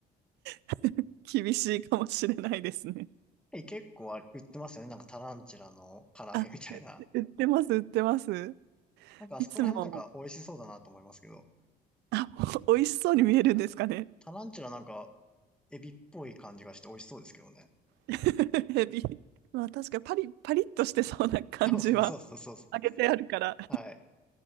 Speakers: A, on the right (about 80°); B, in the centre.
A: <laughs> 厳しいかもしれないですね。
B: え結構あれ売ってますよね。なんかタランチュラの唐揚げみたいな。
A: あ、う売ってます、売ってます。
B: なんかあそこら辺はなんか美味しそうだなと思いますけど。
A: いつも、あ、お美味しそうに見えるんですかね。
B: タランチュラなんかエビっぽい感じがして美味しそうですけどね。
A: <laughs> ヘビ。まあ確かパリ、パリッとしてそうな感じは、
B: そうですね、そうそうそうそ
A: 揚げてあるから。
B: う。はい。